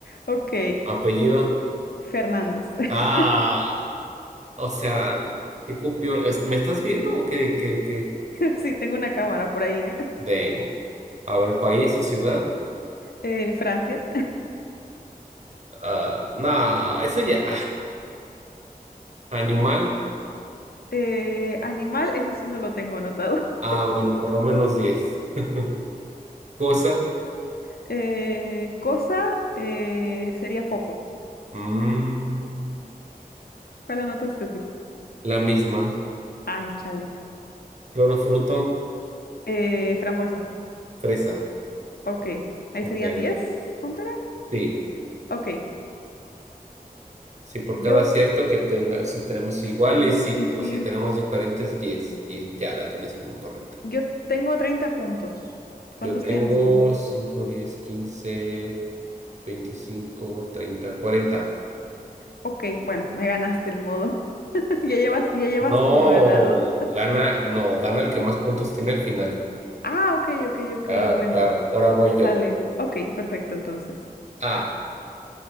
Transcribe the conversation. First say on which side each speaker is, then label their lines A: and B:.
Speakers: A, on the left; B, on the right.
A: Ok,
B: Apellido.
A: Fernández.
B: Ah,
A: <laughs>
B: o sea, qué copión. Es- ¿Me estás viendo o qué, qué, qué?
A: Sí, tengo una cámara por ahí, ¿eh?
B: Damn. A ver, país o ciudad.
A: Eh, Francia.
B: Ah, no, eso ya. Animal.
A: Eh, animal, ese sí no lo tengo anotado. <laughs>
B: Ah, bueno, por lo menos 10. <laughs> Cosa,
A: Eh, cosa, eh, sería foco.
B: mm,
A: ¿Cuál anotaste tú?
B: la misma.
A: Ay, chale.
B: Clorofruto,
A: Eh, frambuesa.
B: fresa.
A: Ok, ahí
B: Ok,
A: serían 10. ¿Cuánto era?
B: Sí,
A: Ok,
B: si por
A: yo,
B: cada acierto que tenga, si tenemos iguales,
A: sí,
B: 5,
A: sí, sí.
B: si tenemos diferentes, 10 y ya la tienes como correcta.
A: Yo tengo 30 puntos. ¿Cuántos
B: Yo tengo
A: tienes tú?
B: 5, 10, 15, 25, 30, 40.
A: Ok, bueno, me ganaste, ni modo. <laughs> Ya llevas, ya llevas
B: No,
A: uno ganado.
B: gana, no, gana el que más puntos tiene al final.
A: Ah, ok, ok, ok.
B: Claro,
A: Bueno.
B: claro. Ahora voy yo.
A: Sale. Ok, perfecto, entonces.
B: A,